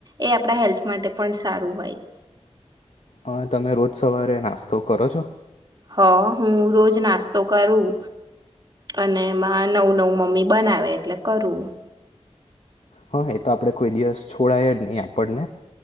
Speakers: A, on the right; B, on the left.
A: એ આપણા હેલ્થ માટે પણ સારું હોય
B: અ તમે રોજ સવારે નાસ્તો કરો છો
A: હ હું રોજ નાસ્તો કરું અને એમાં નવું નવું મમ્મી બનાવે એટલે કરું
B: હા એ તો આપણેે કોઈ દિવસ છોડાય જ નહી આપણને